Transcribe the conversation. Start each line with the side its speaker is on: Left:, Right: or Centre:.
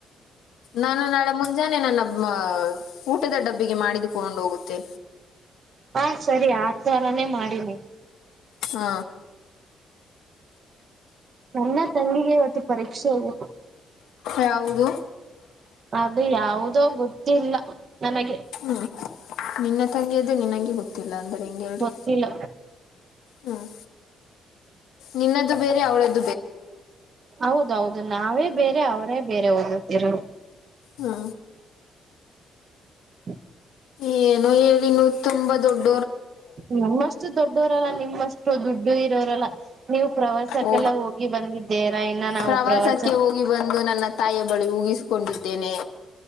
Left: ನಾನು ನಾಳೆ ಮುಂಜಾನೆ ನನ್ನ ಊಟದ ಡಬ್ಬಿಗೆ ಮಾಡಿದುಕೊಂಡು ಹೋಗುತ್ತೆ
Right: ಹಾ ಸರಿ ಆ ತರಾನೇ ಮಾಡಿನಿ
Left: ಹಾ
Right: ನನ್ನ ತಂಗಿಗೆ ಇವತ್ತು ಪರೀಕ್ಷೆ ಇದೆ
Left: ಯಾವುದು
Right: ಅದು ಯಾದೋ ಗೊತ್ತಿಲ್ಲ ನನಗೆ
Left: ಹ್ಮ್ ನಿನ್ನ ತಂಗಿಯದು ನಿನಗೆ ಗೊತ್ತಿಲ್ಲ ಅಂದ್ರೆ ಹೆಂಗ ಹೇಳಿ
Right: ಗೊತ್ತಿಲ್ಲ
Left: ಹ್ಮ್ ನಿನ್ನದದುು ಬೇರೆ ಅವಳದು
Right: ಹೌದೌದು ನಾವೇ ಬೇರೆ ಅವರೇ ಬೇರೆ ಓದುತ್ತಿರೋ
Left: ಹಾ
Right: ಹ್ಮ
Left: ಏನುೋ ಹೇಳಿನನು ತುಂಬಾ ದೊಡ್ಡ
Right: ನಿಮ್ಮಷ್ಟು ದೊಡ್ಡವರಲ್ಲ ನಿಮ್ಮಷ್ಟು ದುಡ್ಡು ಇರೋ್ರಲ್ಲ ನೀವು ಪ್ರವಾಸಕ್ಕೆಲ್ಲ
Left: ಓ
Right: ಹೋಗಿ ಬಂದಿದ್ದೀರಾ ಇನ್ನ ನಾವು
Left: ಪ್ರವಾಸಕ್ಕೆ
Right: ಪ್ರವಾಸ
Left: ಹೋಗಿ ಬಂದು ನನ್ನ ತಾಯಿಯ ಬಳಿ ಉಗಿಸ್ಕೊಂಡ ಕೊಂಡಿದ್ದೇನೆ